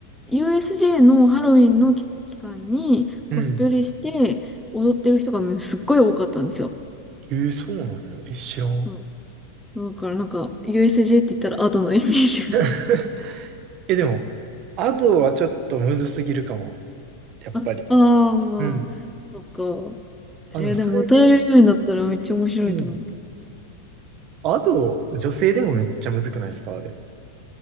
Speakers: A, in the centre; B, on the right.
A: USJ のハロウィンの期期間にコスプレして踊ってる人がすっごい多かったんですよ。
B: うん。えーそうなんや。え、知らん。
A: そうだからなんか USJ って言ったらアートのイメージが。
B: <laughs> え、でも、アドはちょっとむずすぎるかも。やっぱり。
A: <laughs> ああー、
B: うん。
A: そっか。
B: あの、
A: えーでも歌える人になったらめっちゃ面白いと思う
B: それで、うん。アド、女性でもめっちゃむずくないですかあれ。